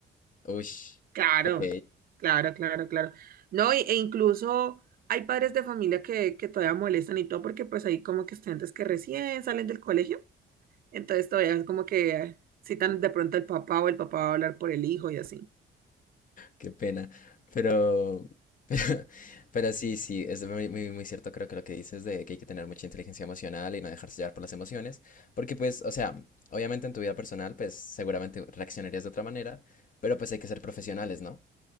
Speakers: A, on the left; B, on the right.
A: Ush.
B: Claro,
A: Ok.
B: claro, claro, claro. No, y- e incluso hay padres de familia que, que todavía molestan y todo porque pues hay como que estudiantes que recién salen del colegio. Entonces todavía es como que eh, citan de pronto al papá o el papá va a hablar por el hijo y así.
A: Qué pena. Pero, pero, <laughs> pero sí, sí, es muy, muy, muy cierto, creo que lo que dices de que hay que tener mucha inteligencia emocional y no dejarse llevar por las emociones, porque pues, o sea, obviamente en tu vida personal, pues seguramente reaccionarías de otra manera, pero pues hay que ser profesionales, ¿no?